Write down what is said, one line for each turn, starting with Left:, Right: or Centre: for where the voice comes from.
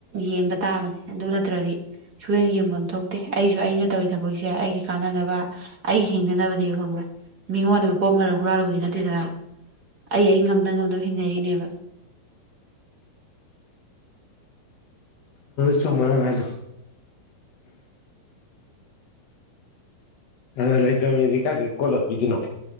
Right: ꯌꯦꯡꯕ ꯇꯥꯕꯅꯦ ꯑꯗꯨ ꯅꯠꯇ꯭ꯔꯗꯤ ꯁꯨꯌꯦꯡ ꯌꯦꯡꯐꯝ ꯊꯣꯛꯇꯦ ꯑꯩꯁꯨ ꯑꯩꯅ ꯇꯧꯔꯤ ꯊꯕꯛꯁꯦ ꯑꯩꯒꯤ ꯀꯥꯟꯅꯅꯕ ꯑꯩ ꯍꯤꯡꯅꯅꯕꯅꯦ ꯈꯪꯕ꯭ꯔꯥ ꯃꯤꯉꯣꯟꯗ ꯃ ꯄꯣꯠ ꯃꯔꯟ ꯍꯨꯔꯥꯜꯂꯨꯕꯗꯤ ꯅꯠꯇꯦꯗꯅ ꯑꯩ ꯑꯩ ꯉꯝꯅ ꯉꯝꯅꯕ ꯍꯤꯡꯅꯔꯤꯅꯦꯕ
Left: ꯆꯨꯝꯃꯦ ꯅꯪ ꯍꯥꯏꯗꯣ ꯑ ꯂꯩ ꯇꯕ ꯃꯤꯗꯤ ꯀꯥꯏꯗꯩ ꯀꯣꯠꯂ ꯄꯤꯗꯣꯏꯅꯣ